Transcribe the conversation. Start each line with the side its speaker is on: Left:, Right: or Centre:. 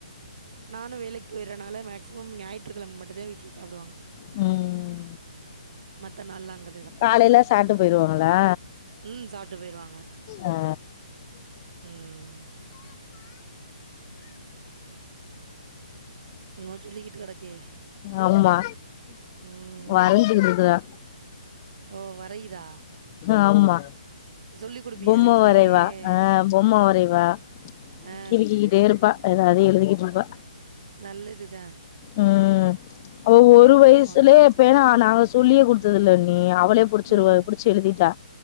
Right: நானு வேலைக் போயிர்றனால மேக்சிமம் ஞாயிற்றுக்கிழம மட்டுந்தா வீட்ல சாப்டுவாங்
Left: ம்
Right: மத்த நாள்லா அங்க
Left: காலைல சாப்ட்டு போயிருவாகளா
Right: ம் சாப்பிட்டு போயிடுவாங்க
Left: ஆ
Right: ம் என்னமோ சொல்லிகிட்டு கெடக்கே
Left: அம்மா
Right: ம்
Left: வரைஞ்சுகுட்ருக்குதா
Right: ஓ வரையுதா
Left: ஆமா
Right: சொல்லி கொடுப்பியா
Left: பொம்ம
Right: வீட்லயே
Left: வரைவா ஆ பொம்ம வரைவா
Right: ஆ
Left: கிறுக்கிகிட்டே இருப்பா எதாது எழுதிகிட்டு இருப்பா
Right: நல்ல இதுதா
Left: ம் அவ ஒரு
Right: பழக்கம்
Left: வயசுலயே
Right: வந்துரும்.
Left: பேனா நாங்க சொல்லியே குடுத்ததில்ல அண்ணி அவளே புடிச்சிருவா
Right: ம்.
Left: புடிச்சு எழுதிட்டா